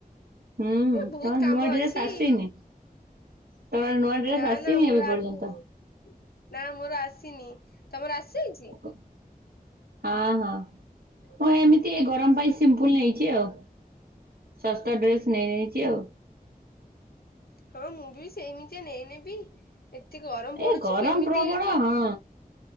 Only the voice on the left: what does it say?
ଏ ବହୁତ
କାମ
ଅଛି।
ନା
ନା ମୋର
ଆସିନି। ନା ମୋର ଆସିନି ତମର ଆସିଯାଇଛି
ହଁ ମୁଁ ବି ସେଇମିତିଆ ନେଇନେବି ଏତେ ଗରମ
ପଡୁଛି
କେମିତି
ଏଜେ